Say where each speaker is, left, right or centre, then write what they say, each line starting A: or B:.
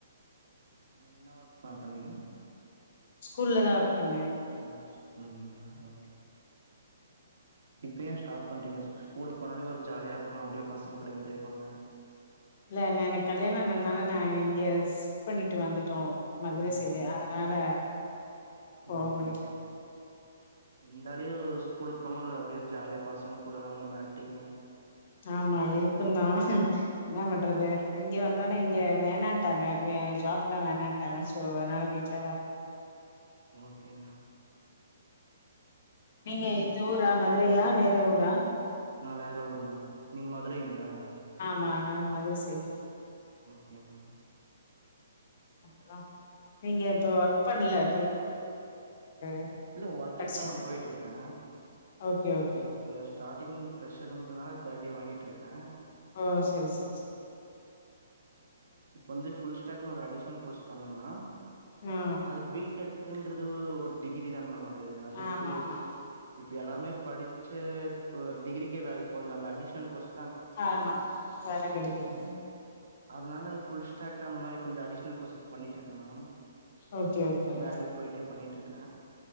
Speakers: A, on the right; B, on the left.
A: என்ன ஒர்க் பண்றணீங்க
B: ஸ்கூல்ல தா ஒர்க் பண்ணே
A: ஓ ஸ்கூலிங்கள ஓகே இப்போ ஏன் ஸ்டாப் பண்டிங்க ஸ்கூல் போனாே ஒரு ஜாலியா இருக்கு அப்டியே பசங்க கூட என்ஜாய் பண்ணே
B: இல்ல எனக்கு கல்யாண ஆனனால நா இங்க ஷிப்ட் பண்ணிட்டு வந்துட்டோ மதுர
A: ஆ
B: சைய்டு அதனால போக
A: ஓகே
B: முடியல
A: இருந்தாலயு ஸ்கூலுக்கு போன ஒரு அப்டியே ஜாலியா பசங்க கூட அவுங்கள மெரட்டிக்குனு
B: ஆமா இருக்கு தா என்னா பண்றது இங்க வந்தோனே இங்க வேணான்ட்டாங்க ஜாப் எல்லா வேணான்ட்டாங்க சோ அதனால வீட்லதா
A: ஓகே மேம்
B: நீங்க இந்த ஊரா மதுர றையா வேற ஊரா
A: நா வேற ஊரு மேம் நீங்க மதுரைங்ளா?
B: மா நாங்க மதுர சைடு
A: ஓகே மேம்
B: அப்றொ நீங்க இப்ப ஒர்க் பண்ல <unintelligible>
A: இல்ல ஒர்க்குக்கு
B: படிச்சிட்டு
A: தா மேம் போயிட்ருக்கே
B: ஓகே ஓகே
A: இப்போ ஸ்டார்டிங் ஃப்ரஷ்ஷருன்றனால தேர்ட்டி வாங்கிட்ருக்கே
B: ஆ சரி சரி சரி
A: இப்ப வந்து ஃபுல் ஸ்டாக்குன் ஒரு அடிஷ்னல் கோர்ஸ் பண்ணங்க மேம்
B: ஆ
A: அது பி டெக்குன்றது ஒரு டிகிரி தான மேம் அது அதுக்கு
B: ஆமா ஆமா
A: இப் ப எல்லாமே படிச்ச க டிகிரிக்கே வேலைக்கு போறதில்ல அந்த அடிஷ்னல் கோர்ஸ்
B: ஆமா வேல கெடக்கிது
A: அதுனால ஃபுல் ஸ்டாக் கு அந்த மாரி கொஞ்ச அடிஅனல் கோர்ஸ் இப் பண்ணிட்ருக்கே மேம்
B: ஓகே ஓகே
A: வேலைக் போய்ட்டே பண்ணிட்ரு க்க